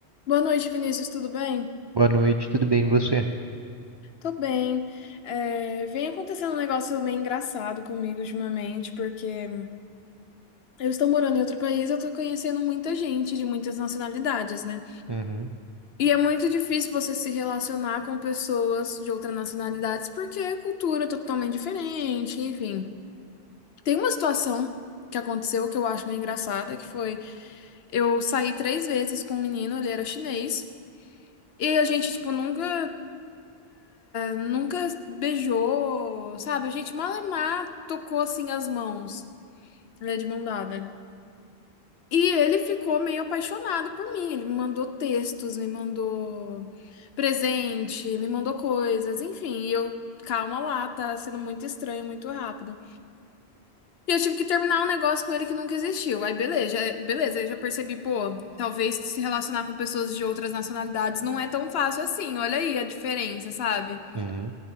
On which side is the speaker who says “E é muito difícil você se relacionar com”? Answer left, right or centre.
Left